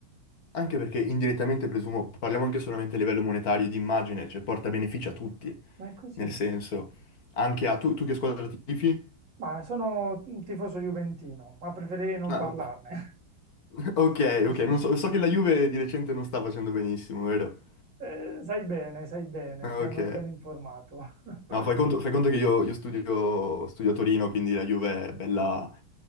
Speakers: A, on the left; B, on the right.
A: Anche perché indirettamente presumo, parliamo anche solamente a livello monetario e di immagine, cioè porta benefici a tutti,
B: Ma è così,
A: nel senso, anche
B: sì.
A: a tu, tu che squadra tifi?
B: Ma sono un tifoso juventino, ma preferirei non
A: Ah,
B: parlarne.
A: <laughs> ok,
B: <laughs>
A: ok, non so, so che la Juve di recente non sta facendo benissimo, vero?
B: Eh, sai bene, sai bene,
A: Ah,
B: ti hanno
A: Ok.
B: ben informato. <laughs>
A: No, fai conto, fai conto che io, io studio, studio a Torino, quindi la Juve è bella,